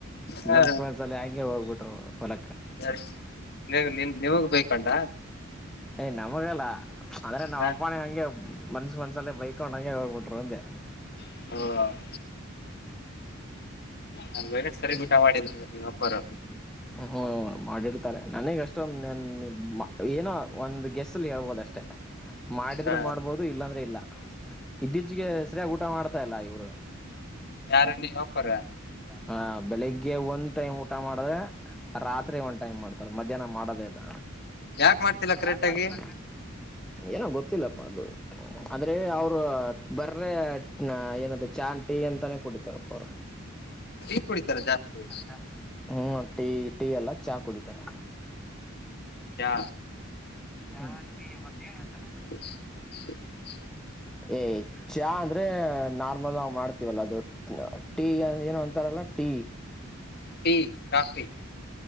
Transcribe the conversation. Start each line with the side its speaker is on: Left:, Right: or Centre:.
Left: ಹಾ
Centre: ಮನ್ಸ ಮನ್ಸಲ್ಲಿ ಹಂಗೆ ಹೋಗ್ಬಿಟ್ರು ಹೊಲಕ್ಕ
Left: ಯ ನೀ ನಿ ನಿವಗ್ ಬೈಕ್ಂಟ
Centre: ಯ್ ನಮಗಲ್ಲ ಅಂದ್ರೆ ನಾವ್
Left: ಹ
Centre: ಅಪ್ಪಾನಿ ಹಂಗೆ ಮನ್ಸ ಮನ್ಸಲ್ಲೇ ಬೈಕ್ ಒೋಂಗೆ ಹೋಗ್ಬಿಟ್ರು ಒಂದೆ
Left: ಹ್ಮ ಹ ಬೇಗ ಸರಿ ಊಟ ಮಾಡಿಲ್ಲ ನಿವ ಅಪ್ಪರು
Centre: ಹ್ಮ್ ಮಾಡಿರ್ತಾರೆ ನನಗೆ ಅಷ್ಟೊಂದು ನ ಏನೋ ಒಂದು ಗೆಸ್ಲ್ಲಿ ಹೇಳ್ಬೋದ ಅಷ್ಟೆ ಹ ಮಾಡಿದರೂ
Left: ಹ
Centre: ಮಾಡ್ಬೋದು ಇಲ್ಲಾಂದರೆೆ ಇಲ್ಲ ಇತ್ತೀಚೆಗೆ ಹೆಸರಿಾಗಿ ಊಟ ಮಾಡ್ತಾಯ ಇಲ್ಲ ಇವರು
Left: ಯಾರ ನೀ ಹಪರ
Centre: ಹಾ ಬೆಳಿಗ್ಗೆ ಒಂದ್ ಟೈಮ್ ಊಟ ಮಾಡಿದ್ರೆ ರಾತ್ರಿ ಒಂದ್ ಟೈಮ್ ಮಾಡ್ತಾರ ಮಧ್ಯಾಹ್ನ ಮಾಡೋದೇ ಇಲ್ಲ
Left: ಯಾಕ್ ಮಾಡ್ತಿಲ್ಲ ಕರೆಕ್ಟ್
Centre: ಯಾ ಮಾಡ್ತಿ
Left: ಆಗಿ
Centre: ಏನೋ ಗೊತ್ತಿಲ್ಲಪ್ಪಾ ಅದು ಅಂದರೆ ಅವರು ಬರ್ರ ಏನದ ಚಾನ್ ಟೀ ಅಂತಾನೇ ಕುಡಿತಾರಪ್ಪ ಅವರು
Left: ಈನ್ ಕುಡಿತಾರೆ ಜಾಸ್ತಿ
Centre: ಜಾಸ್ತಿ ಹ್ಞೂ ಟೀ ಟೀ ಎಲ್ಲ ಚಹಾ ಕುಡಿತಾರೆ
Left: ಅತ್ಯಾ
Centre: ಮತ್ತೆ ಏನ್ಂತ
Left: <unintelligible>
Centre: ಏಯ್ ಚಾ ಅಂದ್ರೆ ನಾರ್ಮಲ್ ಮಾಡ್ತೀವಲ್ಲ ದೊಡ್ಡ ಟೀ ಏನು ಅಂತಾರಲ್ಲ ಟೀ
Left: ಟೀ ಕಾಫಿ